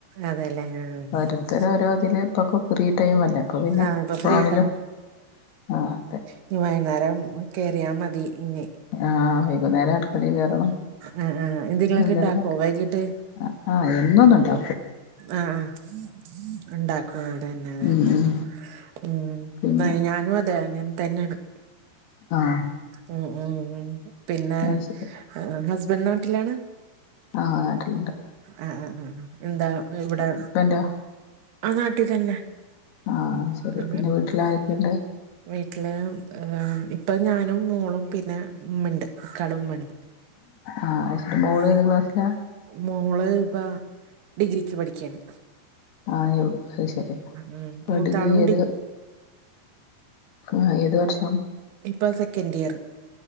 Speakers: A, on the right; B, on the left.
A: അതെല്ലേ ആ
B: ഓരോരുത്തര് ഓരോതില് അപ്പോക്കെ ഫ്രീ ടൈമ് അല്ലേ അപ്പോ പിന്നെ
A: ആഹ് ഇപ്പൊ
B: ഫോണിലും
A: ഫ്രീ
B: ആ, അതെ.
A: ഞ്ഞി വൈന്നേരം കേറിയാ മതി ഇഞ്ഞി
B: ആഹ് വൈകുന്നേരം അടുക്കളെകേറണം
A: ആ ആ എന്തെങ്കിലുമൊക്കെ
B: എന്തെങ്കിലൊക്കെ
A: ഉണ്ടാക്കോ വൈകിട്ട്
B: ആ ആഹ് എന്നൊന്നുണ്ടാ
A: ആഹ്, ആ ഇണ്ടാക്കും അതന്നെ, അതന്നെ.
B: ഉം ഉം
A: ഉം
B: പിന്നെ
A: ഞാനും അതെ അങ്ങനെതന്നെണ്.
B: ആഹ്
A: ഉ, ഉ പിന്നെ
B: അത് ശരി
A: ഹസ്ബൻ നാട്ടിലാണ?
B: ആഹ് നാട്ടില്ണ്ട്.
A: ആഹ് എന്താ ഇവിടെ
B: ഹസ്ബൻഡോ
A: ആ നാട്ടിൽ തന്നെ
B: ആഹ് അയ്ശരി
A: ഉം
B: പിന്നെ
A: ഉം
B: വീട്ടിലാരൊക്കെണ്ട്?
A: ഉം വീട്ടില് ഇപ്പം ഞാനും മോളും പിന്നെ ഉമ്മണ്ട്. ഇക്കാടുംമ്പണിത്
B: ആഹ് അത് ശരി മോള്
A: ആ
B: ഏത് ക്ലാസ്സിലാ
A: മോള് പ്പ ഡിഗ്രിക്ക് പഠിക്കെണ്.
B: ആയൊ അത് ശരി ഇപ്പൊ
A: ഉം മൂത്താളും
B: ഡിഗ്രി ഏത് ആ ഏത് വർഷം?
A: ഇപ്പോ സെക്കന്റിയറ്.